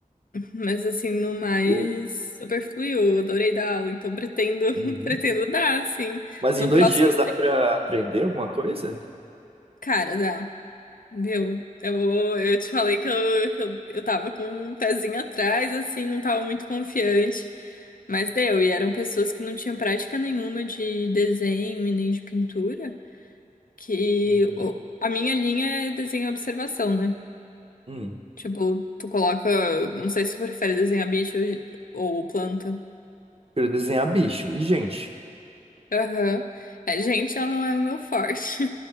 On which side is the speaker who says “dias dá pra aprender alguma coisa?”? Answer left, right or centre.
Right